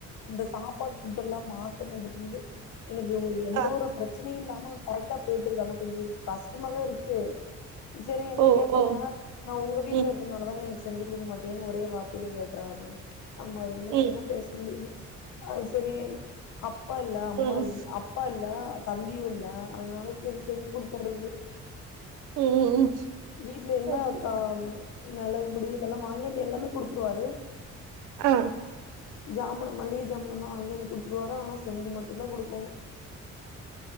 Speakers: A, on the left (about 75°); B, on the right (about 80°).
A: இந்த சாப்பாடு புட் எல்லாம் மாத்தனது இருந்து எனக்கு ஒரு பிரச்சனை
B: ஆ
A: பிரச்சனை இல்லாம கரெக்டா போயிட்டுக்குதுானா கொஞ்சோ கஷ்டமாாதான் இருக்கு செரி என்ன
B: ஓ
A: கேட்பாங்க
B: ஓ
A: நா உங்க வீட்ல
B: ம்
A: இருக்கனால தான எனக்கு செஞ்சு குடுக்க மாட்டேன்னு ஒரே வார்த்தையில கேட்ராறு ஆமா அதுக்குமேல
B: ம்
A: என்ன பேச முடிது அது செரி அப் பா இல்ல அம்மா
B: ம்
A: இல் அப்பா இல் ல தம்பியு இல்ல அதனால சேரி செஞ்சு குடுத்துட்றது
B: ம் ம் ம்
A: வீட்ல என்ன
B: அப்டியா
A: அக்கா ம் மெளகுபொடி இதெல்லா வாங்கியாந்து எல்லாமே குடுத்துருவாரு
B: அ
A: ஜாமனு மல்லிக ஜாமனுமா வாங்கியாந்து குடுத் த்ருவாரு ஆனா செஞ்சி மட்டுந்தா குடுக்கோணு